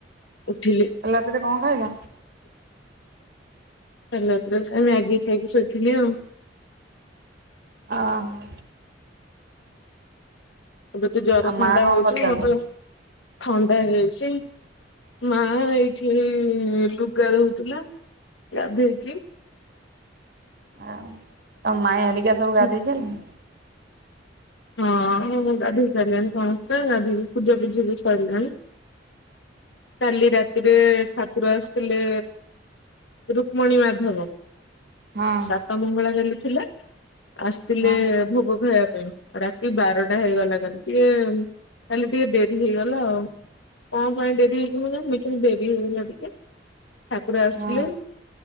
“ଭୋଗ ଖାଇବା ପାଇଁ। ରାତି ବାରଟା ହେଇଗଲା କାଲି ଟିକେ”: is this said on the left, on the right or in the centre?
Left